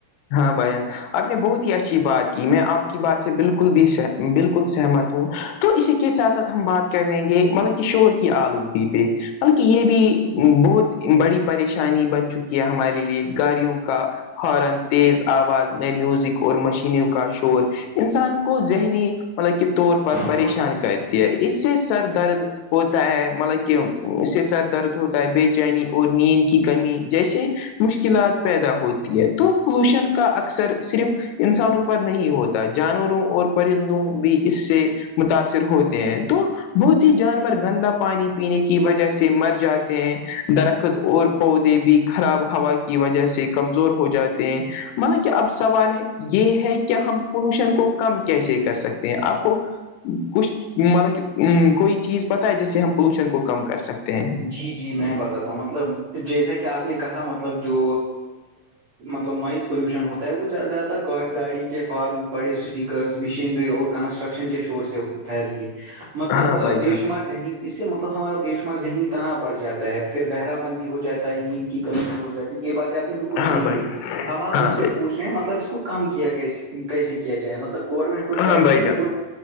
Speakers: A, on the left; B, on the right.
A: ہاں بھائی آپ نے بہت ہی اچھی بات کی میں آپ کی بات سے بالکل بھی بالکل سہمت ہوں تو اسی کے ساتھ ساتھ ہم بات کریں گے مطلب شور کی آلودگی پہ بلکہ یہ بھی بہت بڑی پریشانی بن چکی ہے ہمارے لیے گاڑیوں کا ہارن تیز آواز میںئے میوزک اور مشینوں کا شور انسان کو ذہنی مطلب کے طور پر پریشان
B: تو
A: کرتی ہے اس سے سر درد ہوتا ہے مطلب کہ اس سے سر درد ہوتا ہے بے چینی اور نیند کی کمی جیسے مشکلات پیدا ہوتی ہے تو پولوشن کا اکثر صرف انسانوں پر نہیں ہوتا جانوروں اور پرندوں بھی اس سے متاثر ہوتے ہیں تو بہت سی جانور گندا پانی پینے کی وجہ سے مر جاتے ہیں درخت اور پودے بھی خراب ہوا کی وجہ سے کمزور ہو جاتے ہیں مطلب کہ اب سوال یہ ہے کہ ہم پولوشن کو کم کیسے کر سکتے آپ کو کچھ مطلب کہ کوئی چیز پت جیسے ہم پولوشن کو کم کر سکتے ہیں
B: جی جی میں بتاتا ہوں مطلب جیسا کہ آپ نے کہا مطلب جو مطلب نوائز پولوشن ہوتا ہے وہ زیادہ تر گاڑی کے ہارنز بڑے اسپیکرز مشینری اور کنسٹرکشن کے شور سے پھیلتی ہے مطلب
A: ہاں بھائی
B: بے
A: جان
B: شمار ذہنی اس سے مطلب ہمارا بے شمار ذہنی تنا بڑ جاتا ہے پھر بہرا پن بھی ہو جاتا ہے نیند کی کمی بھی ہو جاتی ہے یہ باتیں آپ نے بالکل
A: ہاں
B: صحیح
A: بھائی
B: کہی اب آپ
A: ہاں
B: مجھ
A: بھائی
B: سے پوچھ رہے ہیں مطلب اس کو کم کیا کیسے کیا جائے مطلب گورنمنٹ کو
A: ہاں
B: چاہیے
A: بھائی
B: کہ
A: جان
B: وہ